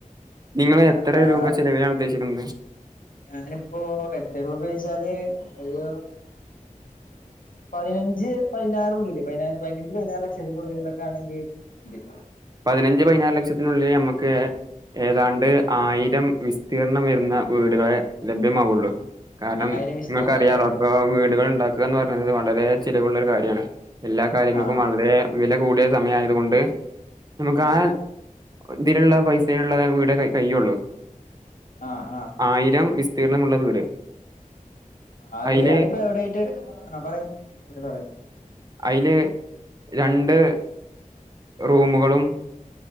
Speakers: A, on the right; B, on the left.
A: നിങ്ങള്
B: എന്താ
A: എത്ര രൂപ ചെലവിലാണ് ഉദ്ദേശിക്കുന്നത്
B: ഞാനിപ്പോ എത്ര രൂപ ചോദിച്ചാല് ഒരു പതിനഞ്ച് പതിനാറുള്ളില് പതിനഞ്ച് പതിനാറ് ലക്ഷത്തിനുള്ളിലൊക്കെ ആണെങ്കി മതി
A: പതിനഞ്ച് പതിനാറ് ലക്ഷത്തിനുള്ളിൽ നമുക്ക് ഏതാണ്ട് ആയിരം വിസ് തീർണം വരുന്ന വീടുകളെ ലഭ്യമാവുള്ളൂ
B: ആഹ്
A: കാരണം
B: ആയിരം വിസ്തീർണം
A: നിങ്ങൾക്കറിയാലോ
B: അല്ലേ
A: അപ്പോ വീടുകൾ ഉണ്ടാക് ക്ക എന്ന് പറഞ്ഞാല് വളരെ ചിലവുള്ള ഒരു കാര്യണ് എല്ലാ കാര്യങ്ങൾക്കും
B: ആഹ്
A: വളരേ വില കൂടിയ സമയായതുകൊണ്ട് നമുക്ക്
B: ആഹ്
A: ആ ഇതിലുള്ള പൈസയുള്ള വീടെ കയ്യേള്ളു
B: ആഹ് ആഹ്
A: ആയിരം വിസ്തീർണമുള്ള വീട്
B: അത്
A: അയില്
B: അതിപ്പോ എവിടായിട്ട് ആ പറയ് ഇല്ല പറയ്
A: അയ്ല് രണ്ട് റൂമുകളും